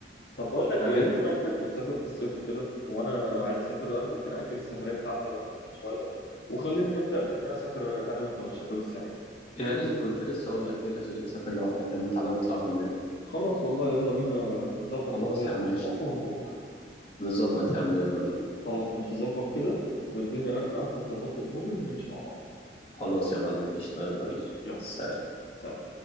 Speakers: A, on the left; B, on the left.
A: طب بقول لك
B: فاهم
A: ايه بما انك بتسافر في الصيف وكده وانا عايز اسافر انا ممكن اجل السفريه بتاعتي لوحدي دي شويه وخلينا نبدا بان انا اسافر انا وانت والشباب السنه دي
B: يا ريت كنت لسه اقول لك ايه اللي خليك تسافر لوحدك يا عم تعالى نطلع كلنا
A: خلاص والله يلا بينا نظبط
B: خلاص
A: سفريه
B: يا
A: لمطروح
B: عم قشطه
A: ونروح
B: نظبط يا عم يلا بينا
A: خلاص ماشي ظبط كده واديني رنه اكون ظبطت اموري ونمشي مع بعض
B: خلاص يا معلم قشطه يلا
A: ماشي
B: بينا
A: يلا
B: سلام
A: سلام سلام